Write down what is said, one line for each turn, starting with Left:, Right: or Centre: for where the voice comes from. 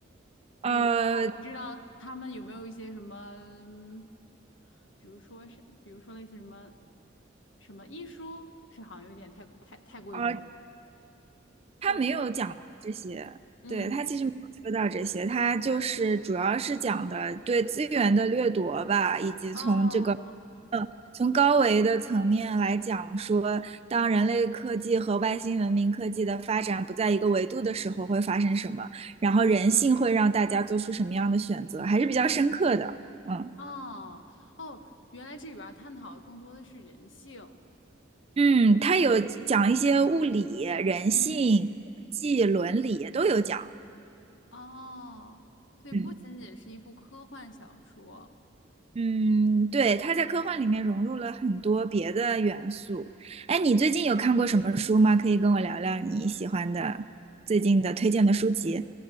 Right: 呃，
Left: 比如说，我不知道他们有没有一些什么，嗯比如说是，比如说类似什么什么医书，是好像有点太太太过于人，
Right: 啊，他没有讲这些，
Left: 或者嗯。
Right: 对，他其实没有说到这些，他就是主要是讲的对资源的掠夺吧，以及从这个
Left: 哦，
Right: 从高维的层面来讲说，当人类科技和外星文明科技的发展不在一个维度的时候会发生什么，然后人性会让大家做出什么样的选择，还是比较深刻的，嗯。
Left: 哦哦，原来这里边儿探讨的更多的是人性
Right: 嗯，他有讲一些物理、人性、
Left: 嗯，
Right: 技伦理都有讲。
Left: 哦，所以不仅仅是一部科幻小说。
Right: 嗯。嗯，对，他在科幻里面融入了很多别的元素。哎，你最近有看过什么书吗？可以跟我聊聊你喜欢的最近的推荐的书籍。